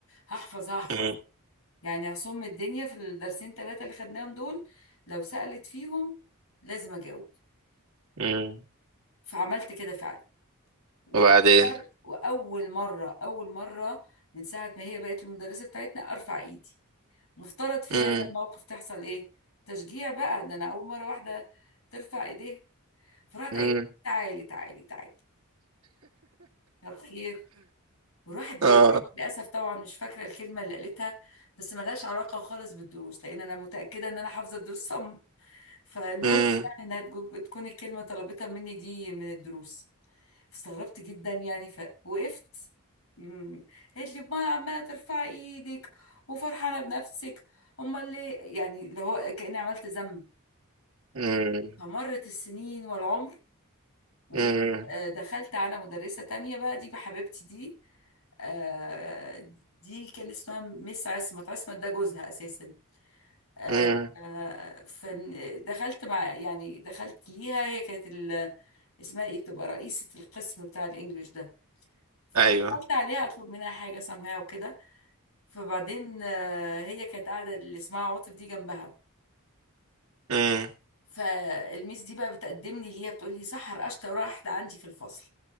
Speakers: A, on the left; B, on the right.
A: هحفظ هحفظ
B: امم
A: يعني هصم الدنيا في الدرسين ثلاثة اللي خدناهم دول لو سألت فيهم لازم أجاوب
B: أمم.
A: فعملت كده فعلا وأخر
B: وبعدين
A: وأول مرة أول مرة من ساعة ما هي بقت المدرسة بتاعتنا أرفع إيدي مفترض في
B: امم
A: هذا الموقف تحصل إيه تشجيع بقى ده أنا أول مرة واحدة ترفع إيديها فرحت
B: امم
A: قايلة تعالي تعالي تعالي طب خير وراحت جايبه
B: آه
A: لي- للاسف طبعا مش فاكره الكلمه اللي قالتها بس ملهاش علاقه خالص بالدروس لان انا متاكده ان انا حافظه الدروس صم فان
B: امم
A: هو يعني انها تجو- تكون الكلمه طلبتها مني دي من الدروس استغربت جدا يعني فوقفت مم. قالت لي امال عماله ترفعي ايدك وفرحانه بنفسك امال ليه يعني اللي هو كاني عملت ذنب
B: امم
A: فمرت السنين والعمر ودخلت
B: امم
A: على مدرسه تانية بقى دي بحبيبتي دي آه، دي كان اسمها مس عصمت عصمت ده جوزها اساسا آه،
B: أمم.
A: آه، فدخلت مع يعني دخلت ليها هي كانت ال- اسمها ايه بتبقى رئيسة القسم بتاع الانجليش ده فدخلت
B: أيوه
A: عليها اطلب منها حاجة سامعها وكده فبعدين آه، هي كانت قاعدة اللي اسمها عاطف دي جنبها
B: امم
A: فالميس دي بقى بتقدمني ليها بتقول لي سحر اشطر واحدة عندي في الفصل